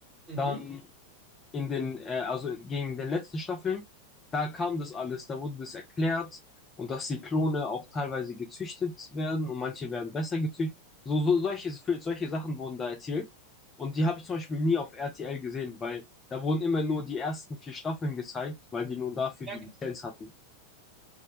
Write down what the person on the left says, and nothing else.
dann in den, äh, also gegen den letzten Staffeln, da kam das alles, da wurde das erklärt und dass die Klone auch teilweise gezüchtet werden und manche werden besser gezüchtet. So, so solche, solche Sachen wurden da erzählt und die habe ich zum Beispiel nie auf RTL gesehen, weil da wurden immer nur die ersten vier Staffeln gezeigt, weil die nun dafür die
Lizenz hatten.